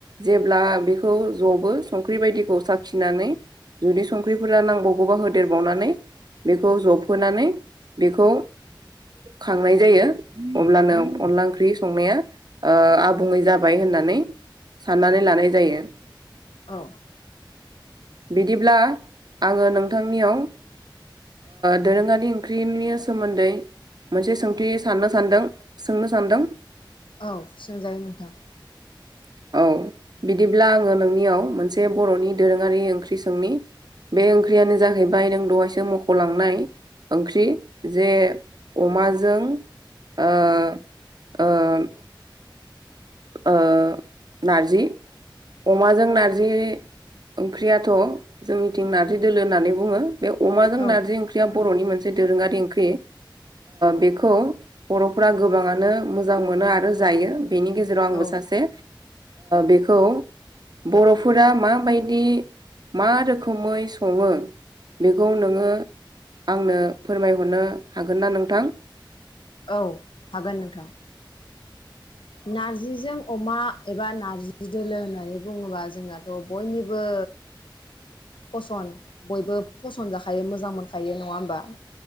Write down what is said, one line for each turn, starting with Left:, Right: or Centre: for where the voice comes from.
Right: जेब्ला बेखौ जबो संख्रि बायदिखौ साखिनानै जुदि संख्रिफोरा नांबावगौबा होदेरबावनानै बेखौ जबहोनानै बेखौ खांनाय जायो अब्लानो अनला ओंख्रि संनाया आबुङै जाबाय होननानै साननानै लानाय जायो।
Left: औ
Right: बिदिब्ला आङो नोंथांनियाव दोरोङारि ओंख्रि नि सोमोन्दै मोनसे सोंथि साननो सानदों सोंनो सानदों।
Left: औ सोंजायो नोंथां।
Right: <inaudible> औ बिदिब्ला आङो नोंनियाव मोनसे बर'नि दोरोङारि ओंख्रि सोंनि। बे ओंख्रियानो जाहैबाय नों दहायसो मख'लांनाय ओंख्रि जे अमाजों ओ-ओ ओ नारजि अमाजों नारजि ओंख्रियाथ' जोंनिथिं नार्जि दोलो होननानै बुङो। बे अमाजों
Left: औ
Right: नारजि ओंख्रिया बर'नि मोनसे दोरोङारि ओंख्रि। बेखौ बर'फोरा गोबाङानो मोजां मोनो आरो जायो। बेनि गेजेराव आंबो
Left: औ
Right: सासे बेखौ। बर'फोरा माबायदि मा रोखोमै सङो। बेखौ नोङो आंनो फोरमायहरनो हागोन ना नोंथां।
Left: औ हागोन नोंथां। नारजिजों अमा एबा नार्जि दोलो होननानै बुङोबा जोंनाथ' बयनिबो। फसन बयबो फसन जाखायो मोजां मोनखायो नङा होमबा।